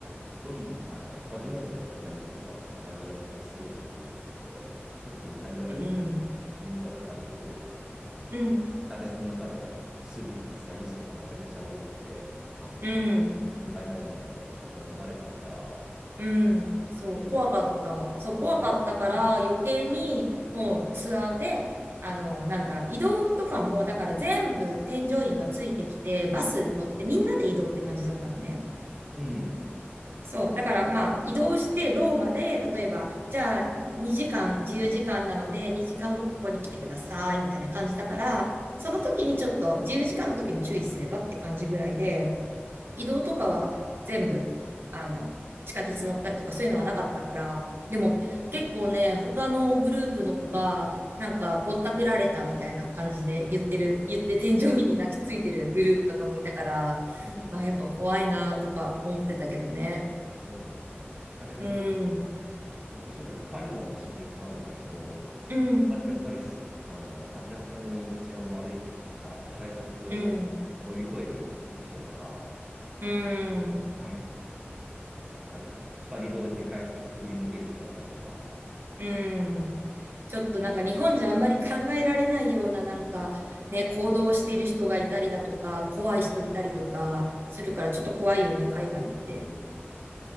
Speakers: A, on the right; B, on the right.
A: 一人、あ、初めての海外がイタリアってすごいなと思って、結構イタリアって
B: うん。
A: インスタとかでよく、あの、
B: うん。
A: 地下鉄の中でスリとか詐欺師とかめちゃくちゃ多くて、あの、
B: うん。
A: 心配だみたいな動画が流れてるから、
B: うん。そう、
A: スペイン
B: 怖かった。そう、
A: ローマ、
B: 怖かったから余計にもうツアーで、
A: うん、
B: あの、なんだ、移動とかも、だから全部添乗員がついてきて、バス乗ってみんなで移動って感じだったのね。
A: うん、
B: そう。だから、まあ、移動してローマで、例えば、じゃあ、2時間、自由時間なので、2時間後ここに来てください、みたいな感じだから、その時にちょっと、自由時間の時に注意すればって感じぐらいで、移動とかは全部、あの、地下鉄乗ったりとかそういうのはなかったから、でも結構ね、他のグループの子が、なんか、ぼったくられたみたいな感じで言ってる、言って添乗員に泣きついてるグループとかもいたから、
A: うん、
B: あ、やっぱ怖いなとか思ってたけどね。
A: そうだよね。なんか地下鉄、
B: うん、
A: 僕その時パリも一緒に行ったんだけども、
B: うん、
A: やっぱりす、あの、明らかに治安悪いっていうか、改札を乗り越えていく人とか、
B: うん、うん、
A: うん <laughs> あと、二人同時に改札くぐり抜ける人だったりとか、
B: うん。ちょっとなんか日本じゃあんまり考えられないようななんかね、行動をしている人がいたりだとか、怖い人いたりとかするからちょっと怖いよね、海外って。
A: うん。うんい